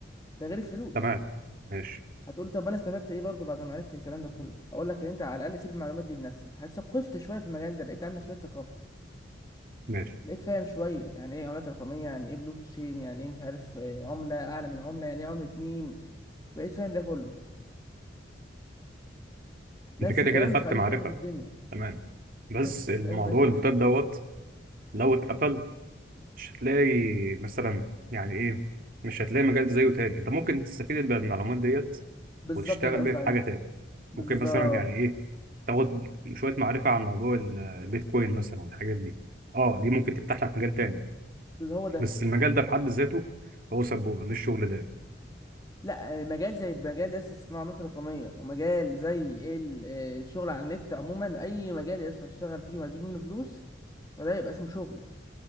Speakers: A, on the left (about 20°); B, on the right (about 50°).
A: ده غير الفلوس
B: تمام ماشي
A: هتقولي طب انا استفدت ايه برضو بعد ما عرفت الكلام ده كله اقول لك ان انت على الاقل سيب المعلومات دي لنفسك هتثقفت شويه في المجال ده بقيت عندك شويه ثقافه
B: ماشي
A: بقيت فاهم شويه يعني ايه عملات رقميه يعني ايه بلوك تشين يعني ايه مش عارف آه، عمله اعلى من عمله يعني ايه عمله ميم بقيت فاهم ده كله نفس
B: انت كده
A: الكلام
B: كده خدت
A: في اي
B: معرفة
A: شغل في الدنيا
B: تمام بس
A: نفس
B: الموضوع
A: الكلام في اي شغل
B: البوتات دوت لو اتقفل مش هتلاقي مثلا يعني ايه مش هتلاقي مجال زيه تاني انت ممكن تستفيد بالمعلومات ديت
A: بالظبط
B: وتشتغل
A: ده قصدي
B: بيه في
A: عليه
B: حاجه تاني
A: بالظبط
B: ممكن مثلا يعني ايه تاخد شويه معرفه عن موضوع ال- البيتكوين مثلا والحاجات دي اه دي ممكن تفتح لك مجال تاني
A: بز- هو ده
B: بس المجال ده في حد ذاته هو سبوبه مش شغل دايم
A: لا آه، مجال زي مجال لسه اسمه عملات رقميه ومجال زي ايه ال- آه، الشغل على النت عموما اي مجال لسه هتشتغل فيه وهتجيب منه فلوس فده يبقى اسمه شغل